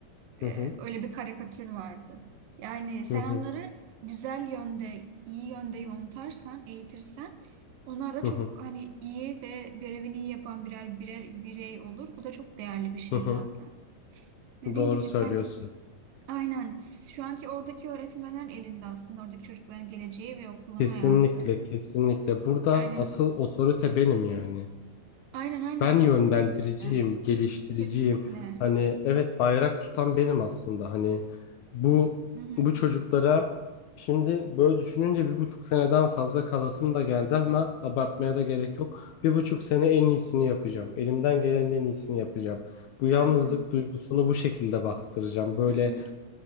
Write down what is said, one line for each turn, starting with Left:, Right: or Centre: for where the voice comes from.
Right: e,
Left: hı hı
Right: öyle bir karikatür vardı. Yani sen
Left: hı hı
Right: onları güzel yönde iyi yönde yontarsan eğitirsen onlar da
Left: hı
Right: çok
Left: hı
Right: hani iyi ve görevini iyi yapan birer birer birey olur. Bu da çok değerli bir şey
Left: hı hı.
Right: zaten. Dediğin
Left: Doğru
Right: gibi
Left: söylüyorsun.
Right: sen Aynen. Şu anki oradaki öğretmenlerin elinde aslında oradaki çocukların geleceği ve okulun
Left: Kesinlikle
Right: hayatı.
Left: kesinlikle burada
Right: Yani
Left: asıl otorite benim yani.
Right: aynen aynen
Left: Ben
Right: sizin
Left: yönlendiriciyim,
Right: elinizde.
Left: geliştiriciyim.
Right: Kesinlikle.
Left: Hani evet bayrak tutan benim aslında. Hani bu
Right: Hı hı.
Left: bu çocuklara şimdi böyle düşününce bir buçuk seneden fazla kalasım da geldi ama abartmaya da gerek yok. Bir buçuk sene en iyisini yapacağım. Elimden gelenin en iyisini yapacağım. Bu yalnızlık
Right: Aynen.
Left: duygusunu bu şekilde bastıracağım. Böyle
Right: Hı hı.